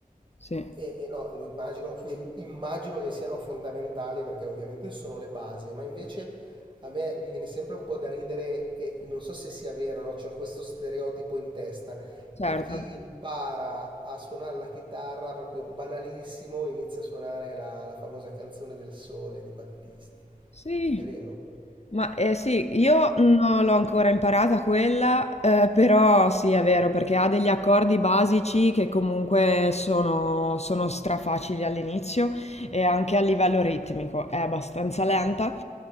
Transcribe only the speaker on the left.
sì,
certo.
Sì.
Ma eh, sì, io non l'ho ancora imparata quella, eh, però sì, è vero, perché ha degli accordi basici che comunque sono, sono strafacili all'inizio e anche a livello ritmico è abbastanza lenta.